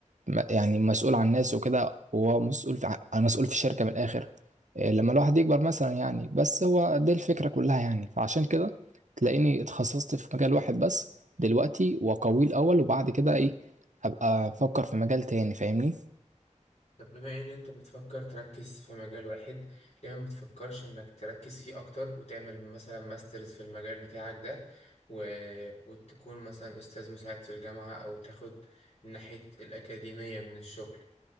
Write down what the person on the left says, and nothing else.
طب بما ان انت بتفكر تركز في مجال واحد ليه ما بتفكرش انك تركز فيه اكتر وتعمل مثلا ماسترز في المجال بتاعك ده و... وتكون مثلا استاذ مساعد في الجامعة او تاخد ناحية الاكاديمية من الشغل